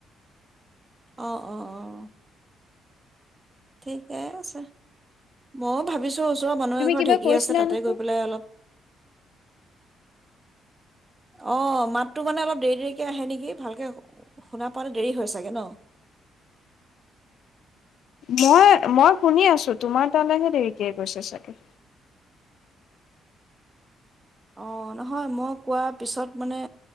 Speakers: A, on the right; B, on the left.
A: অ, অ, অ, অ'। ঠিকে আছে, ময়ো ভাবিছ ওচ-ওচৰৰ মানুহ
B: তুমি
A: এঘৰত
B: কিবা
A: ঢেঁকী
B: কৈছিলা
A: আছে, তাতে
B: নহয়?
A: গৈ পেলায় অলপ অ', মাতটো মানে অলপ দেৰি, দেৰিকে আহে নেকি, ভালকে শুনা পাওঁতে দেৰি হয় চাগে, ন?
B: মই, মই শুনি আছোঁ, তোমাৰ তালৈহে দেৰিকে গৈছে চাগে।
A: অ', নহয় মই কোৱা পিছত মানে,